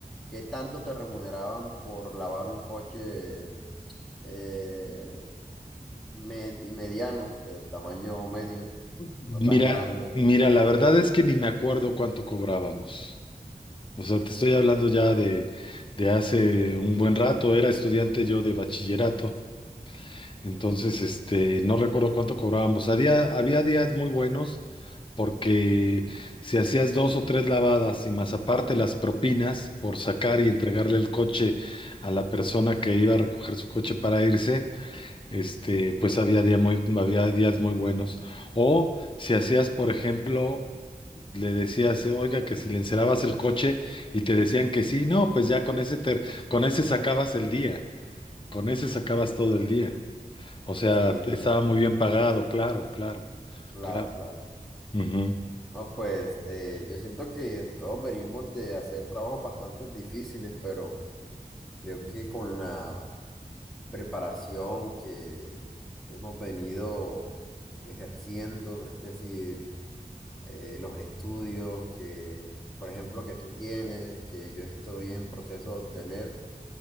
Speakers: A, in the centre; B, on the left.
A: qué tanto te remuneraban por lavar un coche eh, med- mediano, de tamaño medio,
B: Mira,
A: no tan grande?
B: mira, la verdad es que ni me acuerdo cuánto cobrábamos. O sea, te estoy hablando ya de, de hace un buen rato. Era estudiante yo de bachillerato. Entonces, este, no recuerdo cuánto cobrábamos. Había, había días muy buenos porque si hacías dos o tres lavadas y más aparte las propinas por sacar y entregarle el coche a la persona que iba a recoger su coche para irse, este, pues había día muy, había días muy buenos. O si hacías, por ejemplo, le decías, eh, oiga, que si le encerabas el coche y te decían que sí, no, pues ya con ese ter- con ese sacabas el día, con ese sacabas todo el día. O sea,
A: Sí,
B: te
A: entiendo.
B: estaba muy bien pagado, claro, claro,
A: Claro,
B: claro.
A: claro.
B: Ujú.
A: No, pues eh, yo siento que todos venimos de hacer trabajos bastante difíciles, pero creo que con la preparación que hemos venido ejerciendo, es decir, eh, los estudios que, por ejemplo, que tú tienes, que yo estoy en proceso de obtener,